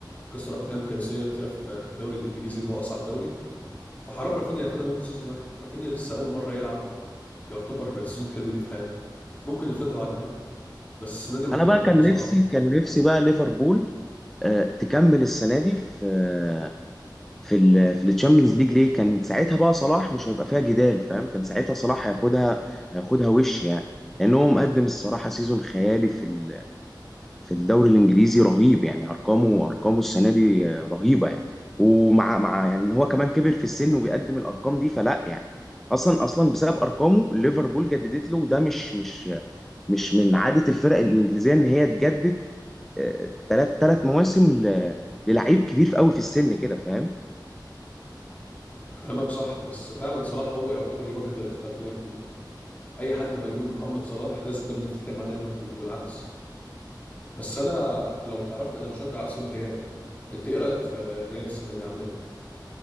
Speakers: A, on the left; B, in the centre.
A: كسر اقيام قياسيه كتيره في في الدوري الانجليزي اللي هو اصعب دوري فحرام رافينيا ياخدها منه سيزون واحد رافينيا لسه اول مره يلعب يعتبر سيزون حلو ليه في حياته ممكن ياخدها بعد كده بس السنه دي محتاج
B: انا بقى
A: تبقى
B: كان
A: من صلاح
B: نفسي كان نفسي بقى ليفربول آه، تكمل السنه دي في آه، في ال في الشامبيونز ليج ليه كان ساعتها بقى صلاح مش هيبقى فيها جدال فاهم كان ساعتها صلاح هياخدها هياخدها وش يعني لان هو مقدم الصراحه سيزون خيالي في ال- في الدوري الانجليزي رهيب يعني ارقامه ارقامه السنه دي آه، رهيبه يعني ومع مع يعني ان هو كمان كبر في السن وبيقدم الارقام دي فلا يعني اصلا اصلا بسبب ارقامه ليفربول جددت له وده مش مش مش من عادة الفرق الإنجليزية إن هي تجدد ثلاث ثلاث مواسم ل- للعيب كبير قوي في السن كده فاهم
A: كلامك صح بس فعلا صلاح هو يعتبر الواجهه دلوقتي بتاعت ليفربول اي حد ما يقول محمد صلاح لازم دايما يفتكر معاه ليفربول والعكس بس انا لو تعرفني انا مشجع اصلا ريال انت ايه رايك في الريال السنه دي عامله ايه